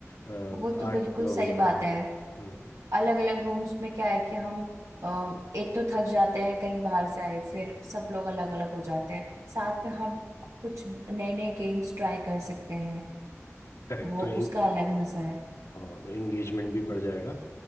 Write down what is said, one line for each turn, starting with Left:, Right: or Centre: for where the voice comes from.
Left: अ,
Right: वो तो
Left: आठ
Right: बिल्कुल
Left: लोग
Right: सही
Left: होंगे
Right: बात
Left: तो हम्म
Right: है अलग अलग रूम्स में क्या है कि हम अ, एक तो थक जाते हैं कहीं बाहर से आए फिर सब लोग अलग अलग हो जाते हैं साथ में हम कुछ नए नए गेम्स ट्राई कर सकते हैं
Left: करेक्ट
Right: वो
Left: तो एंग-
Right: उसका अलग मजा है
Left: हाँ तो एंगेजमेंट भी बढ़ जाएगा